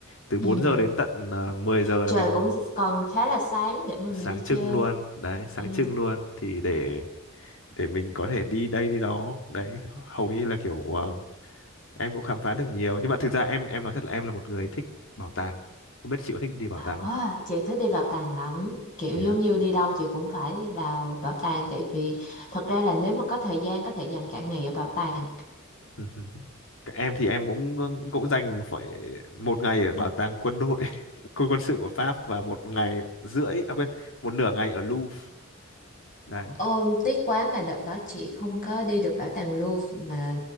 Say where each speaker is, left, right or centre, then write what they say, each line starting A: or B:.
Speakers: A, on the left (about 70°); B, on the left (about 40°).
A: từ 4
B: ừ.
A: giờ đến tận ờ, 10 giờ
B: Trời
A: là mình
B: cũng còn khá là sáng để mà
A: sáng
B: mình đi
A: trưng
B: chơi.
A: luôn đấy sáng
B: Ừ.
A: trưng luôn thì để để mình có thể đi đây đi đó đấy hầu như là kiểu ờ, em cũng khám phá được nhiều nhưng mà thực ra em em nói thật là em là một người thích bảo tàng không biết chị có thích đi bảo tàng
B: À,
A: không
B: chị thích đi bảo tàng lắm kiểu
A: thế
B: giống
A: à?
B: như đi đâu chị cũng phải đi vào bảo tàng tại vì thật ra là nếu mà có thời gian có thể dành cả ngày ở bảo tàng
A: <laughs> Các em thì em cũng cũng dành phải một ngày ở bảo tàng quân đội <laughs> quân quân sự của Pháp và một ngày rưỡi à quên một nửa ngày ở Louvre đấy
B: Ôm tiếc quá mà đợt đó chị không có đi được bảo tàng Louvre mà